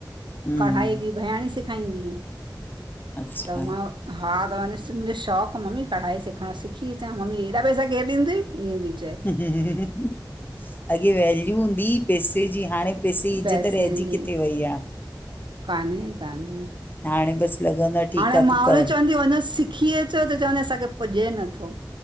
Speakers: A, on the left; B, on the right.
A: हम्म
B: कढ़ाई बि भयाणी सि सेखाईंदी हुई,
A: अच्छा
B: त मां हा, त मां ॾिस, मुंजो शौक़ु, मम्मी कढ़ाई सिखां, सिखी अचां, मम्मी, हेॾा पैसा केरु ॾींदुइ, ईअं चयईं।
A: अॻे वैल्यू हूंदी ही, पैसे जी, हाणे जी
B: पैसे
A: इज़त रहिजी
B: जी,
A: किथे वई आहे
B: कान्हें कान्हें।
A: हाणे बसि लॻंदो आ ठीकु
B: हाणे
A: आ
B: माउरूं
A: तूं कर।
B: चवंनत्यूं, वञो सिखी अचो, त चवंनत्यूं, असांखे पुॼे नथो।